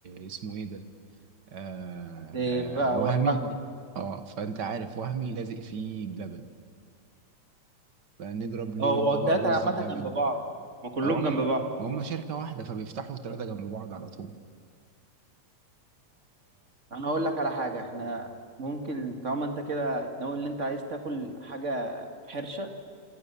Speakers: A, on the right (about 50°); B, on the right (about 30°).
A: اسمه ايه ده آه
B: إيه بقى
A: آه وهمي
B: وهمي
A: اه فانت عارف وهمي لازق فيه بلبن فنضرب لنا
B: اه هو
A: طبق
B: التلاتة
A: رز
B: عامة
A: بلبن
B: جنب بعض ما كلهم
A: هم
B: جنب بعض
A: هم شركه واحده فبيفتحوا ثلاثه جنب بعض على طول
B: انا اقول لك على حاجه احنا ممكن طالما انت كده ناوي ان انت عايز تاكل حاجه حرشه